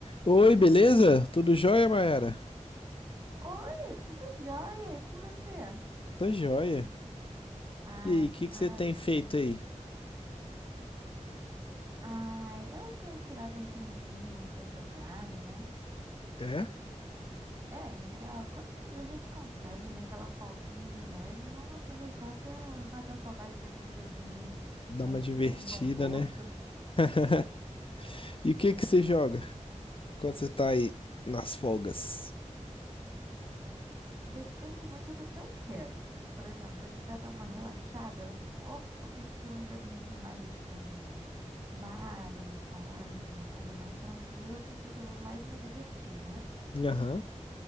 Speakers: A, on the left; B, on the right.
A: Oi, beleza? Tudo jóia, Mayara?
B: Oi, tudo jóia? E com você?
A: Tô jóia.
B: Ah,
A: E aí, o que
B: que maravilha.
A: que você tem feito aí?
B: Ah, eu tenho tirado um tempinho aí pra jogar, né?
A: É?
B: É, é, ó, quando a gente consegue, né, aquela folguinha de leve, vamos aproveitar pra matar a saudade daquele joguinho,
A: Dá
B: nosso
A: uma divertida,
B: joguinho conforto.
A: né? <laughs> E o que que você joga quando você tá aí nas folgas?
B: Depende muito do que eu quero. Por exemplo, se eu quiser dar uma relaxada, eu vou- opto por um joguinho assim mais como um Mario, um Sonic, uma coisa mais tranquila, que eu sei que eu vou mais me divertir, né?
A: Aham,